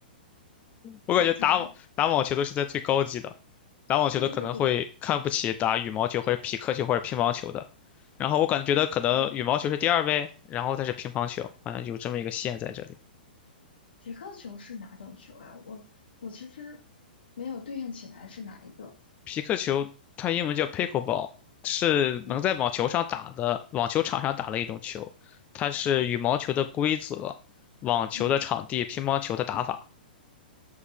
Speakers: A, on the left (about 25°); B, on the left (about 85°).
A: 我感觉打网打网球的是在最高级的，
B: 网球吗？
A: 打网球的可能会看不起打羽毛球或者匹克球或者乒乓球的，
B: 对对对，
A: 然后我感觉得可能羽毛球是第二位，
B: 啊，
A: 然后再是乒乓球，好像有这么一个线在这里。
B: 皮克球是哪种球呀、我我其实没有对应起来是哪一个
A: 匹克球它英文叫 pickleball，是能在网球上打的，
B: 嗯
A: 网球场上打的一种球，它是羽毛球的规则，网球的场地，
B: 嗯
A: 乒乓球的打法。